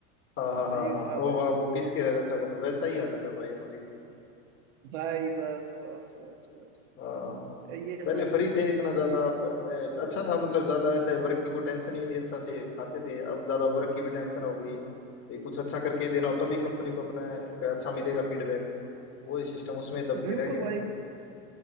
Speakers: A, on the left (about 30°); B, on the right (about 70°).
A: हाँ हाँ हाँ
B: भाई
A: हाँ
B: साहब
A: ओ
B: है यार
A: हाँ वो पीस के रह जाता कौन वैसा ही हालत है भाई हमारी भी
B: भाई बस बस बस बस
A: हाँ
B: ये
A: पहले
B: समझो
A: फ्री थे इतना ज्यादा अ, अच्छा था मतलब ज्यादा वैसे वर्क की कोई टेंशन नहीं थी अच्छा से खाते थे अब ज्यादा वर्क की भी टेंशन हो गई भाई कुछ अच्छा करके ही देना हो तभी कंपनी
B: भाई
A: को अपने का अच्छा मिलेगा फीडबैक वो सिस्टम उसमें दब
B: बिल्कुल
A: के रह गए हैं
B: भाई
A: अपन